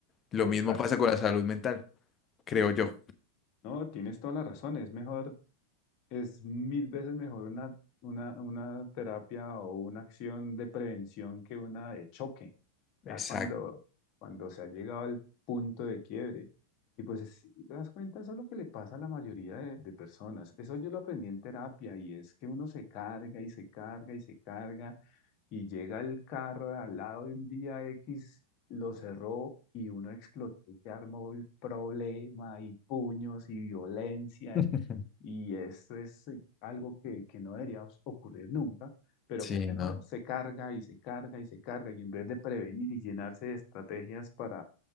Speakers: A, on the left (about 25°); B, on the left (about 40°).
A: Lo
B: Total.
A: mismo pasa con la salud mental, creo yo.
B: ¿no? No, tienes toda la razón. Es mejor es mil veces mejor una, una, una terapia o una acción de prevención que una de choque, ya
A: Exacto.
B: cuando, cuando se ha llegado al punto de quiebre. Y pues si te das cuenta, eso es lo que le pasa a la mayoría de, de personas. Eso yo lo aprendí en terapia y es que uno se carga y se carga y se carga y llega el carro de al lado de un día X, lo cerró y uno explotó y se armó el problema y puños y violencia.
A: <laughs>
B: Y esto es eh, algo que, que no debería os- ocurrir nunca, pero
A: Sí,
B: como
A: no.
B: uno se carga y se carga y se carga, y en vez de prevenir y llenarse de estrategias para